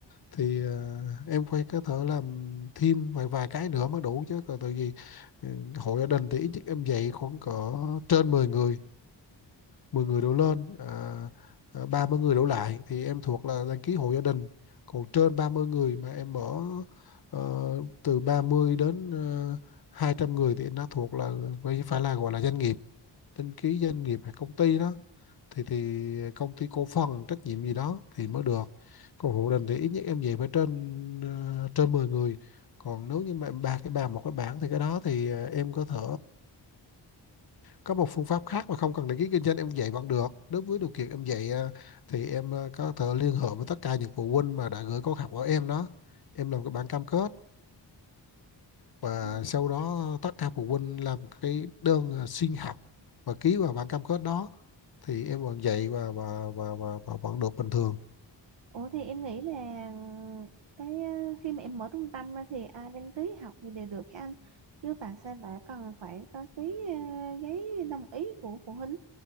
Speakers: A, on the left; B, on the right.
A: thì ờ, em phải có thể làm thêm vài vài cái nữa mới đủ chứ còn tại vì ừ, hội gia đình thì ít nhất em dạy khoảng cỡ trên 10 người 10 người đổ lên à, à, 30 người đổ lại thì em thuộc là đăng ký hộ gia đình còn trên 30 người mà em mở ờ, từ 30 đến ờ, 200 người thì nó thuộc là phải phải là gọi là doanh nghiệp đăng ký doanh nghiệp hay công ty đó thì thì công ty cổ phần trách nhiệm gì đó thì mới được còn hộ gia đình thì ít nhất em về phải trên ờ, trên 10 người còn nếu như mà em ba cái bàn một cái bảng thì cái đó thì ờ, em có thể có một phương pháp khác mà không cần đăng ký kinh doanh em dạy vẫn được nếu với điều kiện em dạy ờ, thì em ờ, có thể liên hệ với tất cả những phụ huynh mà đã gửi con học ở em đó em làm cái bản cam kết và
B: Ừ.
A: sau đó tất cả phụ huynh làm cái đơn ờ, xin học và ký vào bản cam kết đó thì em vẫn dạy và và và, và, và vẫn được bình thường
B: Ủa thì em nghĩ là ừ, cái ờ, khi mà em mở trung tâm ra thì ai đăng ký học thì đều được cho anh chứ tại sao lại cần phải có cái ờ, giấy đồng ý của phụ huynh